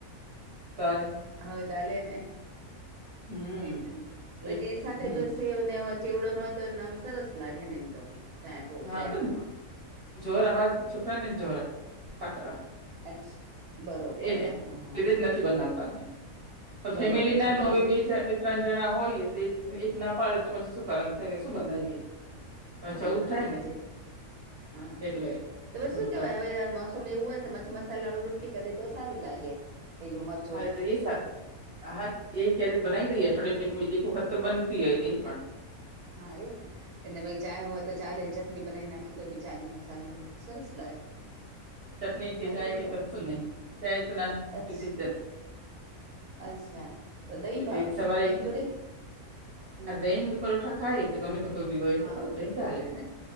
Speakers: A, on the right; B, on the right.
A: સારી
B: હ ચાલે ને
A: હમ
B: છેને
A: એ
B: પછી
A: તો
B: સાથે
A: હમ
B: બ સેને ચવડો ન હોય તો એમ સરસ લાગે નહીં તો ચાયપવ
A: હા
B: ચાયપવા
A: બસ જોર અમારા છોકરાને જ જોર આવતા
B: <unintelligible>
A: એને
B: હા હા
A: લીધે જ નથી બનાવતા અમે
B: બરોબર
A: ફેમિલી નાનું
B: છોકરા
A: હવે
B: માટે
A: બે ચ ત્રણ જણા હોઈએ તો એક ના પાડે તો પછી શું કરમ થાય કે શું બનાવીએ પછી
B: હા એ
A: આવું
B: વાત
A: જ થાય
B: સાચી
A: ને
B: હા
A: એટલે
B: હા
A: હમ
B: શું કેવાય
A: તો
B: હવે મે એવું હોય ને મછી મસાલા વાળી રોટલી ક દે તો સારી લાગે પેલું મરી
A: હ એ સર હા એક કે્યારેક બનાવી દઈએ એક વખત તો બનતી હો એ પણ
B: હા એને ચાય હોય તો ચા લેને ચટણી બનાવી નાખી કે તો બી ચાલે મસાલા રોટલી સરસ લાગે
A: ચટની કે
B: નથી
A: ચાય
B: પીતો
A: કે કસ્તું ન ચ તો ના
B: અચ્છ
A: ભિદ્દત
B: અચ્છા તો દહી ભાવે
A: એક સવારે
B: શ દહીં જોડે હમ
A: આ દહીં ની પરોઠા ખાય તો ગમે તે કોઈ બી હોય
B: હા
A: તો દહીં ચાલે ને